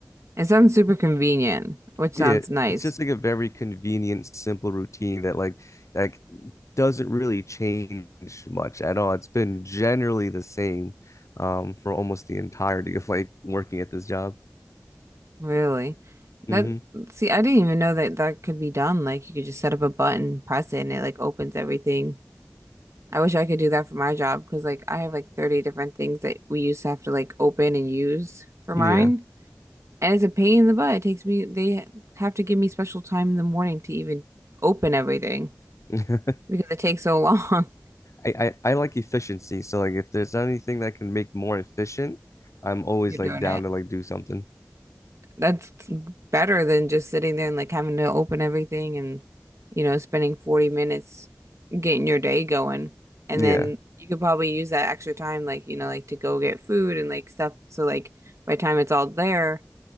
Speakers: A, on the right; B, on the left.
A: It sounds super convenient, which sounds
B: Yeah,
A: nice,
B: it's just like a very convenient, simple routine that like like doesn't really change much at all. It's been generally the same um, for almost the entirety of like working at this job.
A: really. That
B: hmm
A: see, I didn't even know that that could be done. Like you could just set up a button, press it, and it like opens everything. I wish I could do that for my job because like I have like 30 different things that we used to have to like open and use for mine.
B: Yeah.
A: And it's a pain in the butt. It takes me, they have to give me special time in the morning to even open everything
B: <laughs>
A: because it takes so long.
B: I, I I like efficiency. So like if there's anything that can make more efficient, I'm
A: <laughs>
B: always
A: You're
B: like
A: doing
B: down
A: it.
B: to like do something.
A: that's better than just sitting there and like having to open everything and you know spending 40 minutes getting your day going and
B: Yeah.
A: then you could probably use that extra time like you know like to go get food and like stuff so like by the time it's all there